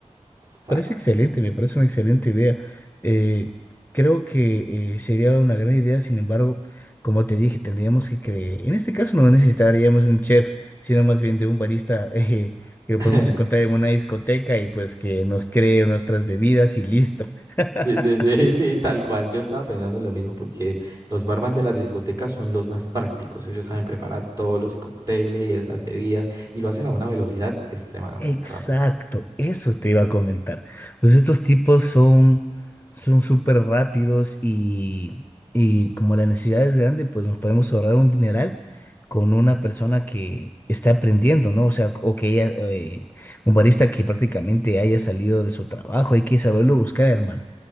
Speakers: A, on the right; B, on the left.
A: exacto.
B: Parece excelente, me parece una excelente idea. Eh, creo que eh, sería una gran idea, sin embargo, como te dije, tendríamos que creer. En este caso no necesitaríamos un chef, sino más bien de un barista <laughs> eh, que lo
A: <laughs>
B: podemos encontrar en una discoteca y pues que nos cree nuestras bebidas y listo. <laughs>
A: Sí, sí, sí, sí, tal cual. Yo estaba pensando en lo mismo porque los barman de las discotecas son los más prácticos. Ellos saben preparar todos los cócteles, las bebidas y lo hacen a una velocidad extremadamente
B: Exacto,
A: rápida.
B: eso te iba a comentar. Pues estos tipos son son súper rápidos y, y como la necesidad es grande, pues nos podemos ahorrar un dineral con una persona que está aprendiendo, ¿no? O sea, o que ella, eh, un barista que prácticamente haya salido de su trabajo, hay que saberlo buscar, hermano.